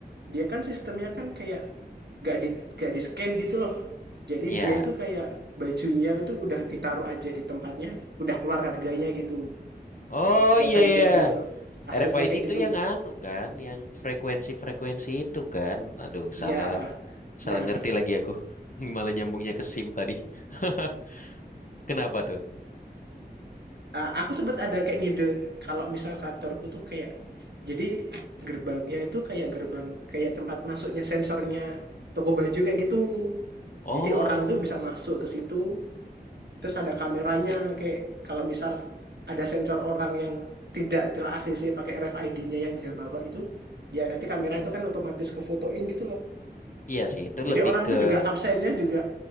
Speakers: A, on the right (about 80°); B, on the left (about 50°).
A: dia kan sistemnya kan kayak nggak di nggak di-scan gitu loh. Jadi
B: Iya.
A: dia itu kayak bajunya itu udah ditaruh aja di tempatnya, udah keluar harganya gitu,
B: Oh
A: nggak
B: iya
A: usah diliatin
B: iya. iya.
A: ke kasirnya
B: RFID
A: kayak
B: itu
A: gitu.
B: yang anu kan, yang frekuensi-frekuensi itu kan. Aduh,
A: Ya,
B: salah
A: Nah
B: Salah ngerti lagi aku. <laughs> Malah nyambungnya ke SIM tadi. <laughs> Kenapa tuh?
A: Ah, aku sempet ada kayak ngide kalau misal kantorku tuh kayak jadi gerbangnya itu kayak gerbang kayak tempat masuknya sensornya toko baju kayak gitu.
B: Oh,
A: Jadi orang tuh bisa masuk ke situ, terus ada kameranya kayak kalau misal ada sensor orang yang tidak ter-ACC pakai RFID-nya yang dia bawa itu, ya nanti kamera itu kan otomatis kefotoin gitu loh.
B: iya sih, itu
A: Jadi
B: lebih
A: orang
B: ke
A: itu juga absennya juga